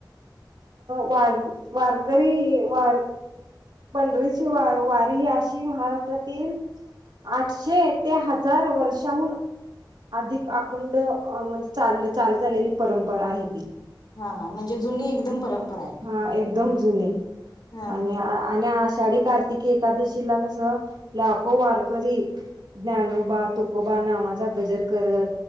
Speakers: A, on the right (about 65°); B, on the left (about 60°).
A: वार वारकरी वार... पंढरीची वारी ही अशी महाराष्ट्रातील आठशे ते हजार वर्षाहून अधिक अखंड म्हणजे चाल चालत आलेली परंपरा आहे ती..
B: हा हा म्हणजे जुनी एकदम परंपरा आहे.
A: हा एकदम जुनी
B: हा
A: आणि आणि आशा.... आषाढी कार्तिकी एकादशीला कसं.. लाखो
B: हा
A: वारकरी.. ज्ञानोबा, तुकोबा, नामाचा गजर करत......